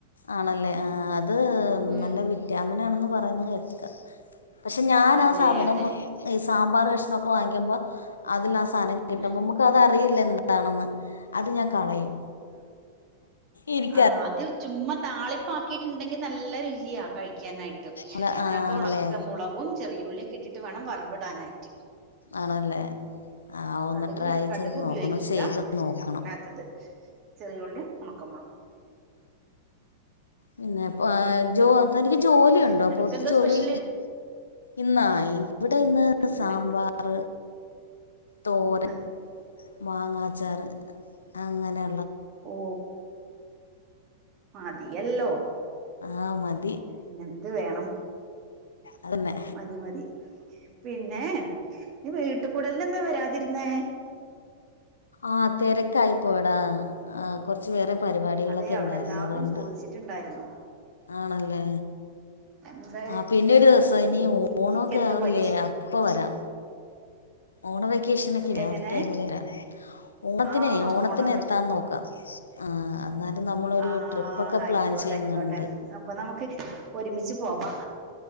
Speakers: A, on the left (about 75°); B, on the right (about 35°).
A: ആണല്ലേ ആ അത്
B: ഉം
A: നല്ല വിറ്റാമിനാണെന്ന് പറയുന്നത് കേൾകാം പക്ഷെ ഞാൻ
B: അതെ
A: ആ സാധനം
B: അതെ
A: ഈ സാമ്പാർ കഷ്ണമൊക്കെ വാങ്ങിക്കുമ്പോ അതിൽ ആ സാധനം കിട്ടുമ്പോൾ
B: ഏഹ്
A: നമുക്ക് അതറിയില്ലല്ലോ എന്താണെന്ന് അത് ഞാൻ കളയും ഇരി
B: ആ അത് ചുമ്മാ താളിപ്പാക്കിയിട്ടുണ്ടെങ്കിൽ നല്ല രുചിയാ കഴിക്കാനായിട്ട്
A: അല്ല,
B: അതിനകത്ത്
A: ആണല്ലേ
B: ഒണക്കമുളകും ചെറിയുള്ളിയൊക്കെ ഇട്ടിട്ട് വേണം വറവിടാനായിട്ട്
A: ആണല്ലേ ആ ഒന്ന്
B: കടുക്
A: ട്രൈ
B: കടുക്
A: ചെയ്ത്
B: ഉപയോഗിക്കൂല
A: നോക്കണം ചെയ്ത് നോക്കണം
B: അല്ലാത്തത് ചെറിയ ഉള്ളിയും ഒണക്കമുളകും
A: പിന്നെപ്പ ജോ തനിക്ക്
B: ഇന്ന്
A: ജോലിയുണ്ടോ
B: നിനക്കെന്താ
A: പൊറത്ത് ജോലി
B: സ്പെഷ്യല്
A: ഇന്നാ ഇവിടെ ഇന്ന്
B: നിന
A: സാമ്പാർ തോരൻ
B: ആഹ്
A: മാങ്ങാച്ചാറ് അങ്ങനെ
B: ഓ മതിയല്ലോ
A: ആ മതി
B: പിന്നെന്ത് വേണം
A: അതന്നെ
B: മതി മതി പിന്നെ വീട്ട് കൂടലിന് എന്താ വരാതിരുന്നേ
A: ആ തെരക്കായി പോയടാ ആ കൊറച്ച് വേറെ പരിപാടികളൊക്കെ
B: അതെ അവിടെ
A: ഇണ്ടായിരുന്നു
B: എല്ലാവരും
A: അതുകൊണ്ട്
B: ചോദിച്ചിട്ടുണ്ടായിരുന്നു
A: ആണല്ലേ
B: എന്താ
A: ആ പിന്നെ ഒരു ദിവസം ഇനി
B: ഉം ദീപ്തിക്ക്
A: ഓണോക്കെ
B: എന്ത്
A: ആവൂലേ
B: പറ്റി
A: അപ്പ വരാം ഓണ വെക്കേഷന് ഒക്കെ ഇല്ലേ
B: എങ്ങനെ
A: ആ ടൈമിൽ വെരാം ഓണത്തിനെ
B: ആഹ്
A: ഓണത്തിന്
B: ഓണ
A: എത്താം നോക്കാം ആ നമ്മളൊരു
B: ആ
A: ട്രിപ്പൊക്കെ
B: ആയിക്കോട്ടെ
A: പ്ലാൻ ചെയ്യുന്നുണ്ട്
B: ആയിക്കോട്ടെ അപ്പൊ നമുക്ക് ഒരുമിച്ച് പോവാം